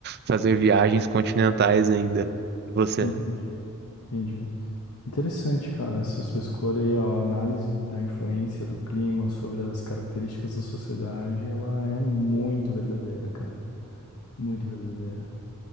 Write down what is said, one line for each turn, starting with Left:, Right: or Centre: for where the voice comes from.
Right: fazer viagens continentais ainda. E você?
Left: Entendi. Entendi. Interessante, cara, essa sua escolha e a análise da influência do clima sobre as características da sociedade, ela é muito verdadeira, cara. Muito verdadeira.